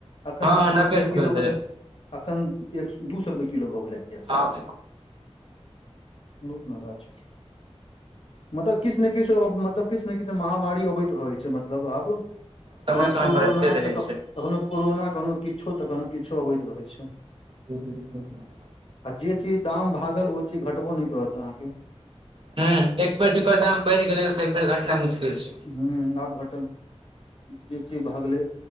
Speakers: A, on the left (about 60°); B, on the right (about 50°).
A: अखन
B: हँ हँ
A: अखन
B: नब्बे
A: एक
B: रुपए
A: किलो के
B: भेलै
A: अखन एक दू सौ रुपए किलो भऽ गेलै गैस
B: हँ
A: महगा छै। मतलब किछ ने किछ मतलब किछ ने किछ महामारी अबैत रहै छै मतलब आब
B: समय
A: कनहु
B: समय
A: कोरोना
B: पर अबिते रहै
A: तऽ क कखनहु कोरोना कखनहु किछो तऽ कखनहु किछो अबैत रहै छै।
B: ठ <unintelligible>
A: आ जे चीज दाम भागल ओ चीज घटबो नहि करत अहाँके।
B: ह एक बेेर जेकर दाम बढि गेलै से एक बेर घटनाइ मुश्किल छै,
A: हूँ आब घट जे चीज भए गेलै